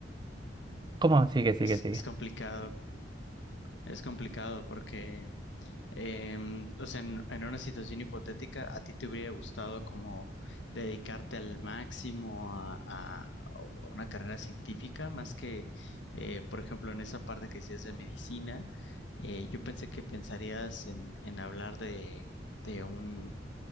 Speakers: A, on the right (about 25°); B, on the left (about 80°).
A: ¿Cómo? Sigue, sigue,
B: es,
A: sigue.
B: es complicado, es complicado porque, em, o sea, en, en una situación hipotética, a ti te hubiera gustado como dedicarte al máximo a, a- a una carrera científica, más que, eh, por ejemplo, en esa parte que decías de medicina, eh, yo pensé que pensarías en, en hablar de, de un